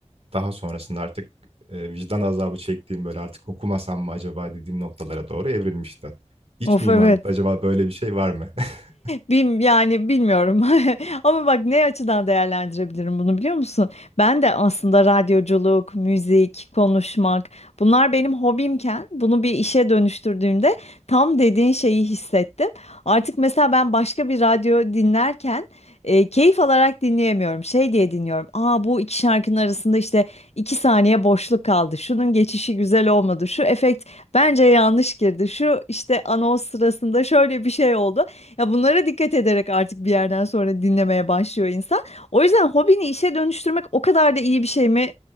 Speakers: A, on the right; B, on the left.
A: daha sonrasında artık e, vicdan azabı çektiğim böyle artık okumasam mı acaba dediğim noktalara doğru evrilmişti. İç
B: Of
A: mimarlıkta
B: evet.
A: acaba böyle bir şey var mı? <laughs>
B: Bim, yani bilmiyorum. <laughs> Ama bak ne açıdan değerlendirebilirim bunu biliyor musun? Ben de aslında radyoculuk, müzik, konuşmak bunlar benim hobimken bunu bir işe dönüştürdüğümde tam dediğin şeyi hissettim. Artık mesela ben başka bir radyo dinlerken e, keyif alarak dinleyemiyorum. Şey diye dinliyorum. Aa bu iki şarkının arasında işte iki saniye boşluk kaldı. Şunun geçişi güzel olmadı. Şu efekt bence yanlış girdi. Şu işte anons sırasında şöyle bir şey oldu. Ya bunlara dikkat ederek artık bir yerden sonra dinlemeye başlıyor insan. O yüzden hobini işe dönüştürmek o kadar da iyi bir şey mi?